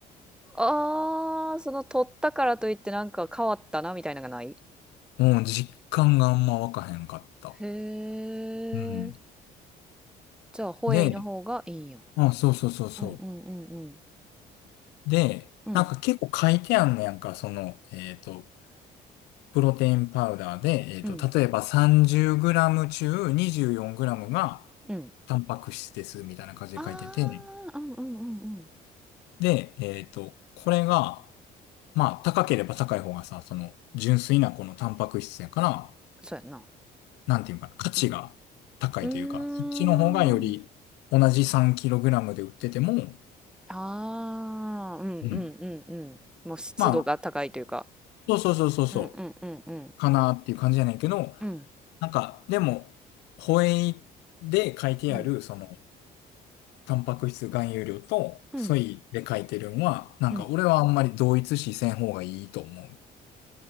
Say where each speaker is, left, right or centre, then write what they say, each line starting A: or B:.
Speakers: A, in the centre; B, on the left.
A: ああー、その取ったからといってなんか変わったなみたいなのがない
B: うん、実感があんま湧かへんかった。
A: へえ。
B: うん。
A: じゃあ、ホエイの方がいいんや。
B: で、あそうそうそうそ
A: うんうんうんうん。
B: う。で、
A: うん
B: なんか結構書いてあんねやんか、その、えっと、プロテインパウダーで、えっと、
A: うん
B: 例えば 30g 中 24g が
A: うん。
B: タンパク質ですみたいな感じで書いてて、
A: ああ、うんうんうんうん。
B: で、えっと、これが、まあ、高ければ高い方がさ、その、純粋なこのタンパク質やから、
A: そうやんな。
B: なんていうかな、価値が高いというか、
A: うん。うーん。
B: そっちの方がより同じ 3kg で売ってても、
A: ああ、うんうんうんうん。
B: うん。
A: もう湿度が高いというか。
B: まあ、そうそうそうそうそ
A: うんうんうんうん。
B: う、かなっていう感じじゃないけど、
A: うん。
B: なんか、でも、ホエイで書いてある、
A: うん。
B: その、タンパク質含有量と、
A: うん。
B: ソイで書いてるのは、なんか俺はあんまり同一視せん方がいいと思う。
A: うん。